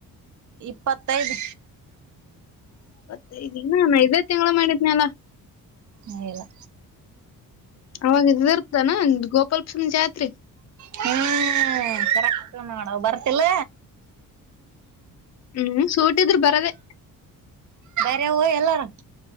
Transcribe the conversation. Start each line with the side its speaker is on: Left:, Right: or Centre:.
Right: ಇಪ್ಪತ್ತೈದ
Left: ಇಪ್ಪತ್ತೈದೇನ ಇನ್ನ ನ ಇದೇ ತಿಂಗಳ ಮಾಡಿದ್ನಲ್ಲ.
Right: ಹೇ ಇಲ್ಲಾ
Left: ಅವಾಗ ಇದ ಇರ್ತಾನ ಗೋಪಾಲಸ್ವಮಿ ಜಾತ್ರಿ
Right: ಹ್ಮ್ ಕರೆಕ್ಟ್ ನೋಡವ ಬರ್ತಿಲ್ಲ
Left: ಹ್ಮ್ ಸೂಟಿದ್ರು ಬರೊದೇ
Right: ಎ ವೊ ಎಲ್ಲಾರ